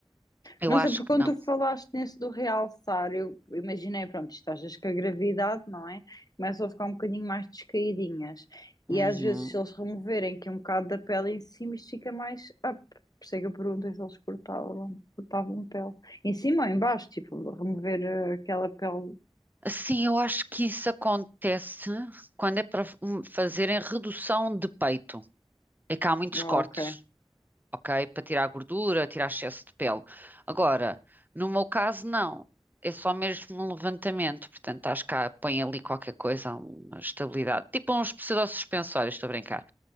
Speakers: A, on the right (about 20°); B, on the left (about 40°).
A: Eu
B: Não
A: acho
B: sei, porque
A: que
B: quando
A: não.
B: tu falaste nesse do realçar, eu imaginei, pronto, isto às vezes com a gravidade, não é? Começam a ficar um bocadinho mais descaídinhas.
A: Uhum.
B: E às vezes, se eles removerem aqui um bocado da pele em cima, isto fica mais up. Por isso é que eu perguntei se eles cortavam, cortavam pele. Em cima ou em baixo, tipo, remover eh, aquela pele.
A: Sim, eu acho que isso acontece quando é para hum, fazerem redução de peito. É que há muitos
B: Ah,
A: cortes.
B: ok.
A: ok? Para tirar a gordura, tirar excesso de pele. Agora, no meu caso, não. É só mesmo um levantamento. Portanto, acho que há- põe ali qualquer coisa, uma estabilidade. Tipo uns pseudosuspensórios, estou a brincar.